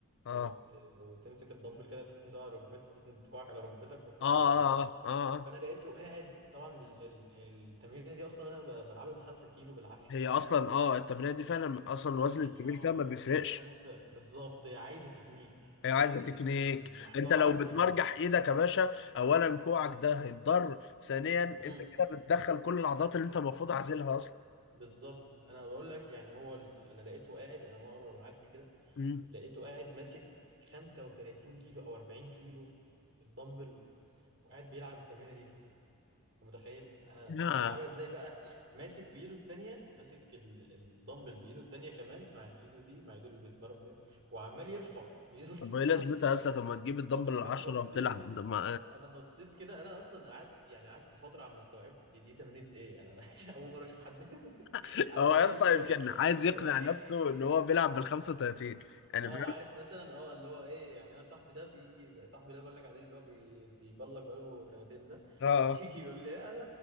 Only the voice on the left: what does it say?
اه
اه
اه اه آه.
هي اصلا اه التمرين دي فعلا اصلا الوزن
الكبير
فيها ما بيفرقش
هي
عايزه
تكنيك
انت لو بتمرجح
ايدك يا باشا اولا كوعك ده هيتضر ثانيا انت
كده بتدخل كل العضلات اللي انت المفروض عازلها اصلا
مم.
لا
طب ايه لازمتها يا اسطى طب ما تجيب الدمبل
العشرة
وتلعب ده ما
<laughs>
هو يا
اسطى
يمكن عايز
يقنع نفسه ان هو بيلعب بال 35 يعني
فاهم
اه